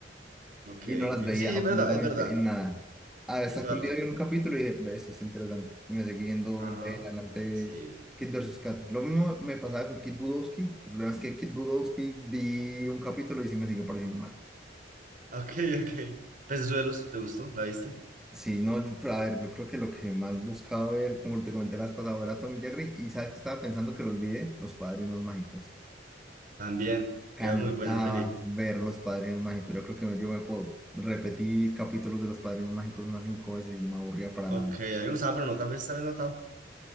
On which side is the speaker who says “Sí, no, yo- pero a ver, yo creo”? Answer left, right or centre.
Centre